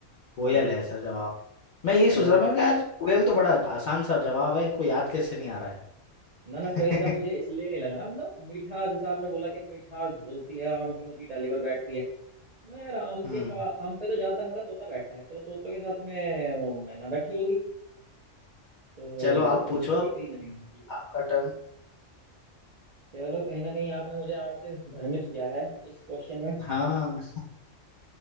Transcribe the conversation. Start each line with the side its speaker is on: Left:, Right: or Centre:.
Left: कोयल
Right: हम्म
Left: है सर जवाब मैं यही
Right: और
Left: सोच रहा हूँ, मैंने कहा यार कोयल तो बड़ा आसान सा जवाब है इनको याद कैसे नहीं आ रहा
Right: ना
Left: है
Right: ना कोयल का मुझे
Left: <laughs>
Right: इसलिए नहीं लगा ना मतलब मीठा जैसा आपने बोला कि मीठा घोलती है आम की ऊंची डाली पर बैठती है मैं यार आम
Left: हम्म
Right: के पा आम पे तो ज्यादातर मेरा तोता बैठता है तो तोते के साथ में वो मैना बैठी होगी तो
Left: चलो आप पूछो अब
Right: ये कहीं ना कहीं होना चाहिए
Left: आपका टर्न
Right: चलो कहीं ना कहीं आपने मुझे आम से भ्रमित किया है इस क्वेश्चन में
Left: हाँ